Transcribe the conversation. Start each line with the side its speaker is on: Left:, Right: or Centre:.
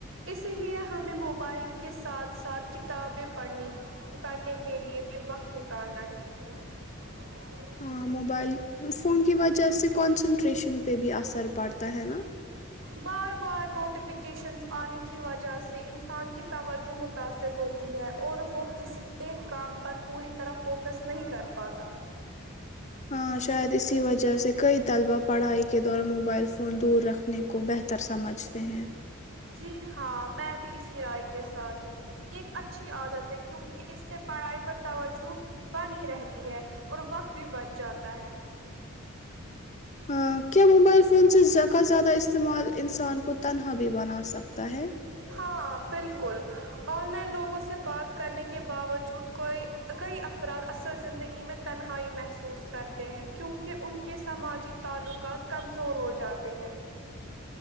Right: اسی لیے ہمیں موبائل کے ساتھ ساتھ کتابیں پڑھنے کے لیئے بھی وقت نکالنا چاہیئے ہ
Left: ہاں موبائل فون کی وجہ سے کون سا ریشن پہ بھی اثر پڑتا ہے نا
Right: بار بار نوٹیفیکیشنز آنے کی وجہ سے انسان کی توجہ متاثر ہوتی ہے اور وہ کسی ایک کام پر پوری طرح فوکس نہیں کر پاتا
Left: ہاں شاید اسی وجہ سے کئی طلبہ پڑھائی کے دوران موبائل فون دور رکھنے کو بہتر سمجھتے ہیں
Right: جی ہاں میں بھی اسی رائے کے ساتھ ہوں یہ ایک اچھی عادت ہے کیونکہ اس سے پڑھائی پر توجہ بنی رہتی ہے اور وقت بھی بچھ جاتا ہے
Left: ہاں کیا موبائل فون سے کا زیادہ استعمال انسان کو تنہا بھی بنا سکتا ہے
Right: ہاں بالکل آن لائن لوگوں سے بات کرنے کے باوجود کئی افراد اصل زندگی میں تنہائی محسوس کرتے ہیں کیونکہ ان کے سماجی تعلقات کمزور ہو جاتے ہیں